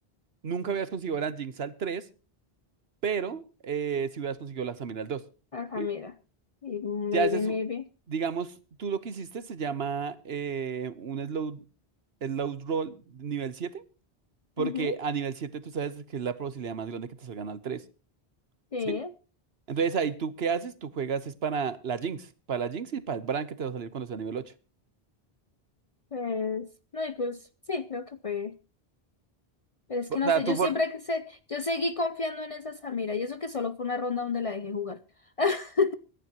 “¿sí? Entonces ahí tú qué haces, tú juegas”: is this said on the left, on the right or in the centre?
Right